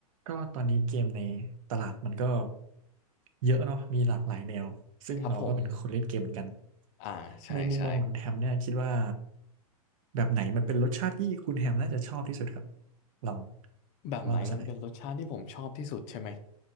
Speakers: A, on the right; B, on the left.
A: ก็ตอนนี้เกมในตลาดมันก็เยอะเนาะมีหลากหลายแนวซึ่งเราก็เป็นคนเล่นเกมเหมือนกัน
B: ครับผมอ่าใช่ใช่
A: ในมุมมองของคุณแฮมเนี่ยคิดว่าแบบไหนมันเป็นรสชาติที่คุณแฮมน่าจะชอบที่สุดครับลอง
B: แบบไหนมันเป็นรสชาติที่ผมชอบที่สุดใช่ไหม
A: ว่ามาสักหน่อย